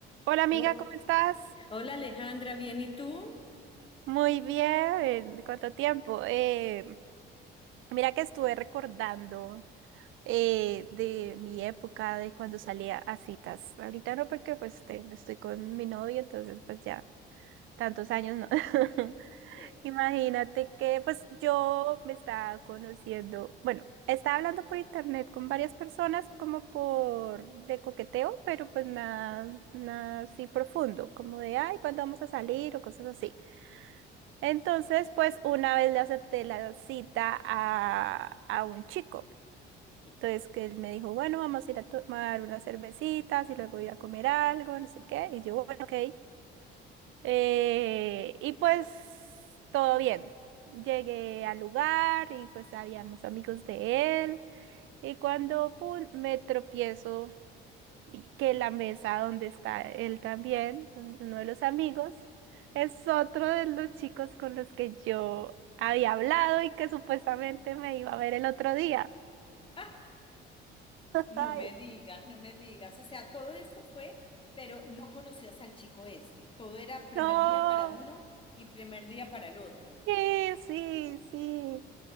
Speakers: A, on the right; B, on the left.
A: Hola
B: Oh,
A: amiga, ¿cómo estás?
B: Hola Alejandra, ¿bien y tú?
A: Muy bien, ¿cuánto tiempo? Eh, mira que estuve recordando eh, de mi época, de cuando salía a citas. Ahorita no porque pues te- estoy con mi novio, entonces pues ya tantos años no. <laughs>
B: Sí.
A: Imagínate que pues yo me estaba conociendo, bueno, estaba hablando por internet con varias personas como por de coqueteo, pero pues nada, nada así profundo, como de, ay, ¿cuándo vamos a salir? o cosas así. Entonces, pues una vez le acepté la cita a, a un chico.
B: Sí.
A: Entonces, que él me dijo, bueno, vamos a ir a tomar unas cervecitas y luego ir a comer algo, no sé qué. Y yo, bueno, ok. Eh, y pues todo bien. Llegué al lugar y pues habían los amigos de él. Y cuando pum, me tropiezo y que la mesa donde está él también, un- uno de los amigos, es otro de los chicos con los que yo había hablado y que supuestamente me iba a ver el otro día.
B: Ah,
A: <laughs>
B: no
A: Ay,
B: me digas, no me digas. O sea, todo esto fue, pero no conocías al chico este. Todo era primer
A: No,
B: día para uno y primer día para el otro.
A: sí, sí, sí.